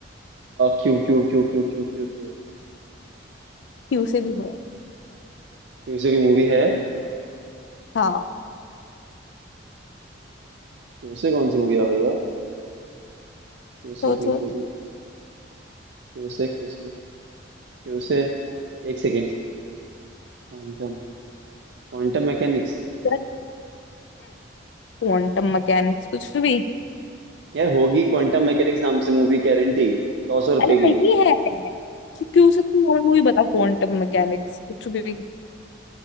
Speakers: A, on the right; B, on the left.
A: Q Q Q Q Q Q Q Q
B: क्यू से भी हो
A: Q से भी मूवी है
B: हाँ
A: क्यूसे कौन सी मूवी आ गई यार क्यूसे
B: तो
A: क्यूसे
B: तो
A: क्यूसे क्यूसे क्यूसे क्यूसे एक सेकेंड क्वांटम Quantum mechanics
B: चल क्वांटम मैकेनिक्स कुछ भी
A: यार होगी क्वांटम मैकेनिक्स नाम से मूवी गारंटी सौ सौ रुपए
B: अरे नहीं
A: की
B: है क्योंकि उसे तुम और मूवी बता क्वांटम मैकेनिक्स कुछ भी